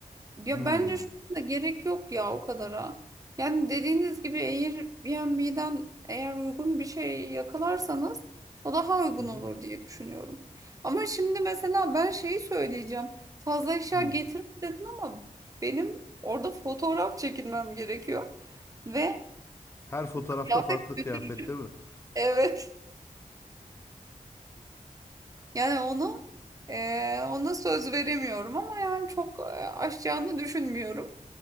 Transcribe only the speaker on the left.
Hmm.
Hı hı.
Hı.
Her fotoğrafta
farklı
kıyafette mi? <laughs>